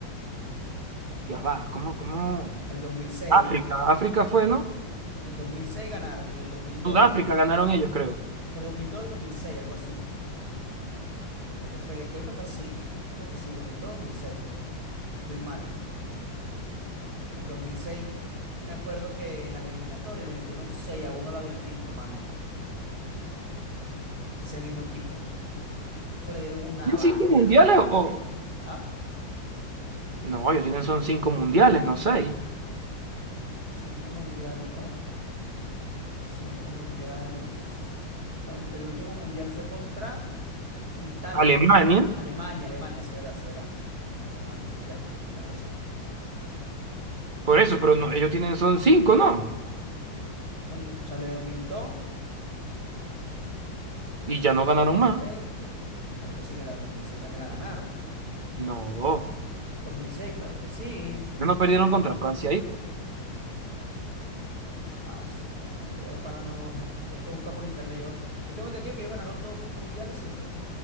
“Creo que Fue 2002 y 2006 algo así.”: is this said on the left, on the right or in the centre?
Right